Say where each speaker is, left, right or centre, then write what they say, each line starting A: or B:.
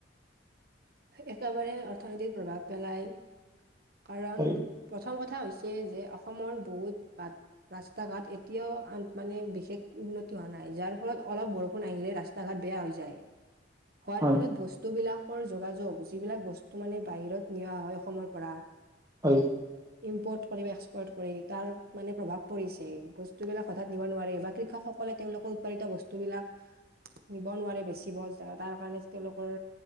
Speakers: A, on the right (about 50°); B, on the right (about 20°).
A: একেবাৰে অৰ্থনীতিত প্ৰভাৱ পেলায় কাৰণ
B: হয়
A: প্ৰথম কথ কথা হৈছে যে অসমৰ বহুত ৰাস্তা ঘাট এতিয়াও মানে বিশেষ উন্নতি হোৱা নাই যাৰ ফলত অলপ বৰষুণ আহিলে ৰাস্তা ঘাট বেয়া হৈ যায়, হোৱাৰ
B: হয়
A: ফলত বস্তুবিলাক কৰ যোগাযোগ যিবিলাক বস্তু মানে বাহিৰত নিয়া হয় অসমৰ পৰা।
B: হয়।
A: ইম্পৰ্ট কৰি বা এক্সপৰ্ট কৰি তাৰ মানে প্ৰভাৱ পৰিছে বস্তুবিলাক হঠাৎ নিব নোৱাৰে বা কৃষক সকলে তেওঁলোকৰ উৎপাদিত বস্তুবিলাক নিব নোৱাৰে বেচিব তাৰ কাৰণে তেওঁলোকৰ